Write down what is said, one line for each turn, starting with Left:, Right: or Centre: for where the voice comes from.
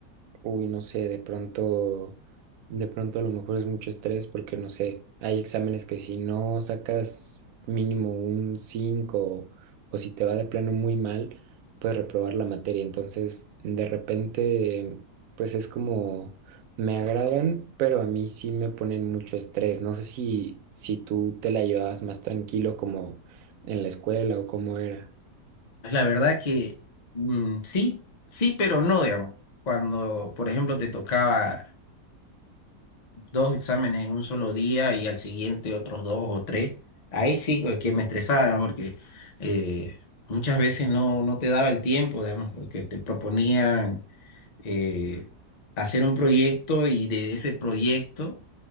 Right: Uy, no sé, de pronto, de pronto a lo mejor es mucho estrés porque no sé, hay exámenes que si no sacas mínimo un 5 o si te va de plano muy mal, puedes reprobar la materia. Entonces, de repente, pues es como, me agradan, pero a mí sí me ponen mucho estrés. No sé si, si tú te la llevabas más tranquilo como en la escuela o cómo era.
Left: Pues la verdad que mm, sí, sí, pero no, digamos. Cuando, por ejemplo, te tocaba dos exámenes en un solo día y al siguiente otros dos o tres. Ahí sí que me estresaba ¿no? porque eh, muchas veces no, no te daba el tiempo, digamos, porque te proponían eh, hacer un proyecto y de ese proyecto,